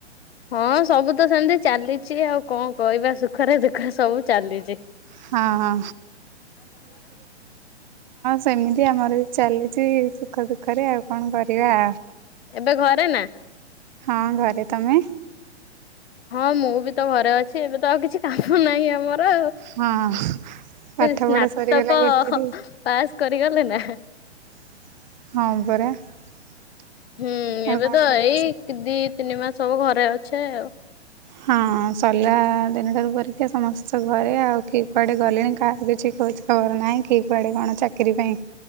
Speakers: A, on the left (about 60°); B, on the right (about 40°).
A: ହଁ ସବୁ ତ ସେମ୍ତି ଚାଲିଚି, ଆଉ କଣ କହି ସୁଖରେ ଦୁଃଖରେ ସବୁ ଚାଲିଚି।
B: <inaudible> ହଁ! ସେମି ଆମର ବି ଚାଲିଚି, ସୁଖ ଦୁଃଖରେ ଆଉ କ'ଣ କରିବା?
A: ଏବେ ଘରେ ନା?
B: ହଁ! ଘରେ, ତମେ
A: ହଁ! ମୁଁ ବି ତ ଘରେ ଅଛି, ଏବେ ତ ଆଉ କିଛି କାମ ନାହିଁ ଆମର।
B: ହଁ ପାଠ
A: ସ୍ନାତକ
B: ପଢା ସରିଗଲା ଗୋଟେରୁ।
A: ପାସ୍ କରିଗଲି ନା।
B: <inaudible>
A: ହୁଁ,
B: ଆଉ
A: ଏବେ
B: କଣ
A: ତ
B: କରିବା
A: ଏଇ ଦି ତିନି ମାସ୍‌ ସବୁ ଘରେ ଅଛେ ଆଉ।
B: ହଁ! ସର୍ଲା ଦିନଠାରୁ ପରୀକ୍ଷା ସମସ୍ତ ତ ଘରେ ଆଉ, କିଏ କୁଆଡ଼େ ଗଲେଣି। କାହାକୁ କିଛି ଖବର ନାହିଁ, କିଏ କୁଆଡ଼େ କ'ଣ ଚାକିରି ପାଇଁ